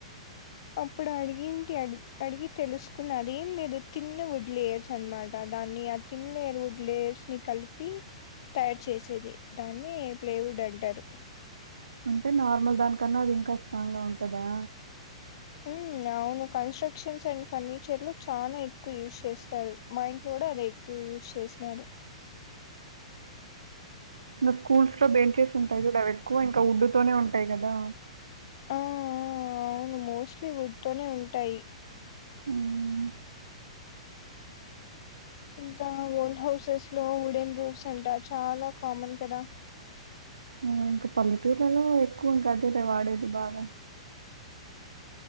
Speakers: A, on the left; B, on the right.
A: అప్పుడు అడిగింటి అ అడిగి తెలుసుకున్న అదేం లేదు తిన్న వుడ్ లేయర్స్ అనమాట దాన్ని తిన్ లేర్వుడ్ లేయర్స్ ని కలిపి తయారు చేసేది దాన్ని ప్లేవుడ్ అంటారు
B: అంటే నార్మల్ దానికన్నా అది ఇంకా స్ట్రాంగ్ గా ఉంటదా
A: మ్ అవును కన్స్ట్రక్షన్స్ అండ్ ఫర్నిచర్ లో చాలా ఎక్కువ యూజ్ చేస్తారు మా ఇంట్లో కూడా అదే ఎక్ కువ్ యూస్ చేసినడు
B: ఇంగ స్కూల్స్ లో బెంచెస్ ఉంటాయి చూడు అవి ఎక్కువ ఇంకా ఉడ్డుతోనే ఉంటాయి కదా
A: ఆ అవును మోస్ట్లీ ఉడ్ తోనే ఉంటాయి
B: హ్మ్.
A: ఇంకా ఓల్డ్ హౌసెస్ లో వుడెన్ రూఫ్స్ అంట చాలా కామన్ కదా
B: ఆ! ఇంకా పల్లెటూర్లలో ఎక్కువ ఇంకా అదేలే వాడేది బాగా